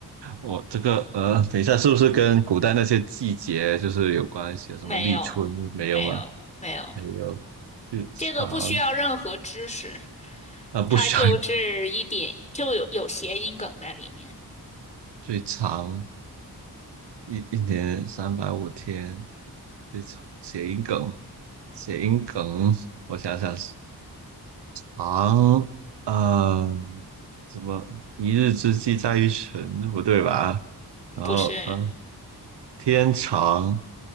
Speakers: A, on the right (about 80°); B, on the left (about 15°).
A: 我这个呃，等一下，是不是跟古代那些季节就是有关系啊什么立春没有吗？
B: 没有，没有，没有，
A: 还有最长
B: 这个不需要任何知识，
A: 啊，不需要
B: 它就是一点就有有谐音梗在里面，
A: 最长一一年三百五天，最长谐音梗，谐音梗，我想想，长，嗯，怎么一日之计在于晨，不对吧？然后呃，
B: 不是
A: 天长